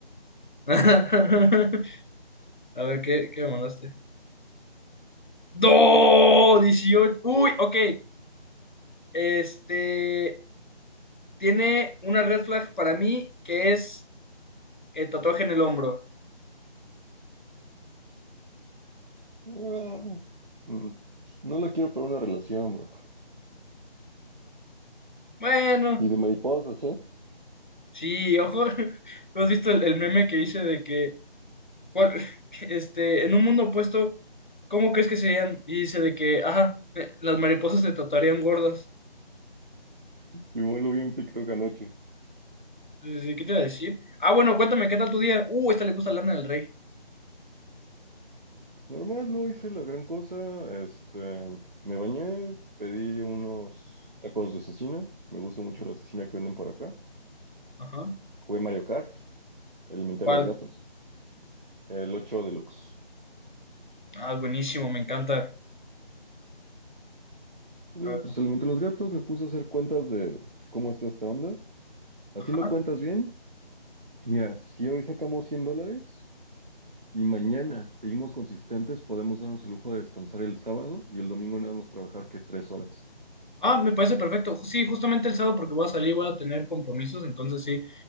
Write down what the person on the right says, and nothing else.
Ah, mm, no la quiero para una relación, bro.
Y de mariposas, ¿eh?
Simón lo vi en TikTok anoche.
Normal, no hice la gran cosa. Este, me bañé, pedí unos tacos de cecina. Me gusta mucho la cecina que venden por acá.
Jugué Mario Kart, alimenté
a los gatos. El 8 Deluxe.
Digo,
pues alimenté a los gatos, me puse a hacer cuentas de cómo está esta onda. Haciendo
cuentas bien, mira, si hoy sacamos 100 dólares y mañana seguimos consistentes, podemos darnos el lujo de descansar el sábado y el domingo nada más trabajar que tres horas.